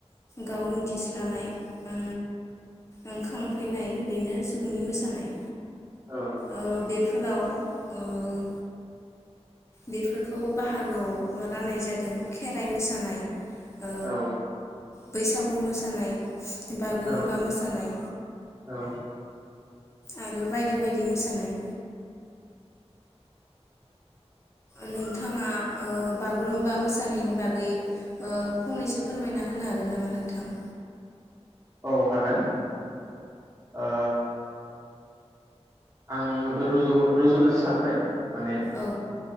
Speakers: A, on the left; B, on the right.
A: गाव मिथिस्लानाय ओ ओंखां उखैनाय बेनो सुबुंनि मोसानाय।
B: औ
A: ओ बेफोराव ओ बेफोरखौ बाहागोआव राननाय जादों खेराइ मोसानाय। ओ
B: औ
A: बैसागु मोसानाय, बागुरुम्बा
B: औ
A: मोसानाय
B: औ
A: आरो बायदि बायदि मोसानाय नोंथाङा ओ बागुरुम्बा मोसानायनि बागै ओ फंनैसो फोरमायना होनो हागोन नामा नोंथां?
B: औ हागोन ओ आं रुजु रुजुनोसो सानबाय, माने
A: औ